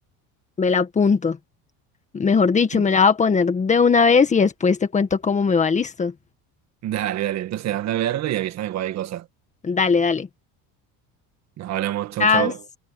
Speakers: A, on the left; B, on the right.
A: Me la apunto. Mejor dicho,
B: Mm,
A: me la voy a poner de una vez y después te cuento cómo me va, listo.
B: Dale, dale, entonces anda a verlo y avísame cualquier cosa.
A: Dale, dale.
B: Nos hablamos, chau,
A: Chao.
B: chau.